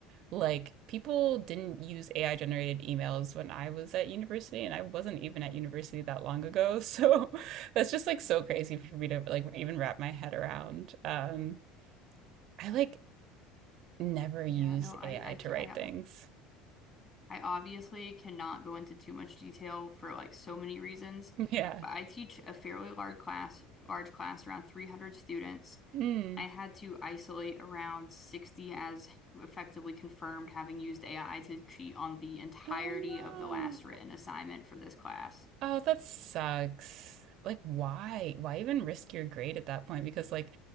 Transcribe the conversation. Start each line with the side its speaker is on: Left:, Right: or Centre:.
Right: like people didn't use AI generated emails when I was at university, and I wasn't even at university that long ago. So <laughs> that's just like so crazy for me to like even wrap my head around. Um, I like never
Left: Yeah,
Right: used
Left: no, I
Right: AI
Left: I
Right: to
Left: can't,
Right: write
Left: I
Right: things.
Left: I obviously cannot go into too much detail for like so many reasons,
Right: <laughs> Yeah.
Left: but I teach a fairly large class, large class around 300 students.
Right: Mm.
Left: I had to isolate around 60 as effectively confirmed having used AI to cheat on the entirety
Right: Oh no.
Left: of the last written assignment for this class.
Right: Oh, that sucks. Like, why? Why even risk your grade at that point? Because, like,